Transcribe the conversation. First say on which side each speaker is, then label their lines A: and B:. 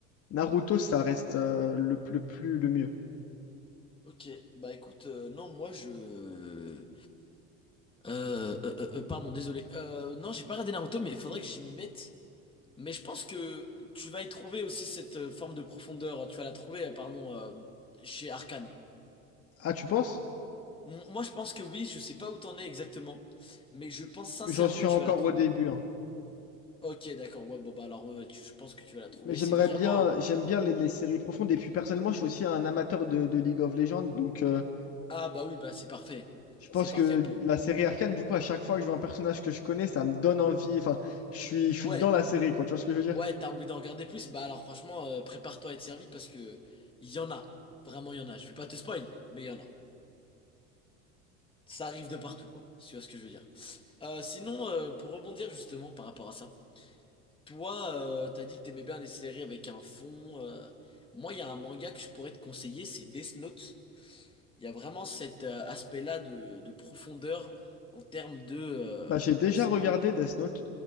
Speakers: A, on the left; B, on the left.
A: Naruto, ça reste euh, le, le plus, le mieux.
B: Ok, bah écoute, euh, non, moi je... Euh, euh, euh, euh, pardon, désolé. Euh, non, j'ai pas regardé Naruto, mais il faudrait que j'y m'y mette. Mais je pense que tu vas y trouver aussi cette euh, forme de profondeur. Tu vas la trouver, euh, pardon, euh, chez Arcane.
A: Ah, tu penses?
B: M- moi, je pense que oui, je sais pas où t'en es exactement, mais je pense sincèrement
A: J'en suis
B: que
A: encore
B: tu vas la trouver.
A: au début. hein.
B: Ok, d'accord, ouais, bon, bah alors, ouais, tu- je pense que tu vas la trouver.
A: Mais j'aimerais
B: C'est vraiment...
A: bien,
B: un-
A: j'aime bien les, les séries profondes. Et puis personnellement, je suis aussi un amateur de, de League of Legends. Donc, euh, bah,
B: Ah, bah oui, bah c'est parfait.
A: Je pense
B: C'est parfait
A: que
B: pour...
A: la série Arcane, du coup, à chaque fois que je vois un personnage que je connais, ça me donne envie. Enfin, je suis, je
B: Ouais.
A: suis dans la série, quoi. Tu vois ce que je veux dire?
B: Ouais, t'as envie d'en regarder plus? Bah alors franchement, euh, prépare-toi à être servi parce que il y en a. Vraiment, il y en a. Je vais pas te spoil, mais il y en a. Ça arrive de partout, quoi. Si Tu vois ce que je veux dire. Euh, sinon, euh, pour rebondir justement par rapport à ça, toi, euh, t'as dit que t'aimais bien les séries avec un fond. euh, Moi, il y a un manga que je pourrais te conseiller, c'est Death Note. Il y a vraiment cet euh, aspect-là de, de profondeur en termes de... euh,
A: Bah, j'ai déjà
B: C'est...
A: regardé Death Note,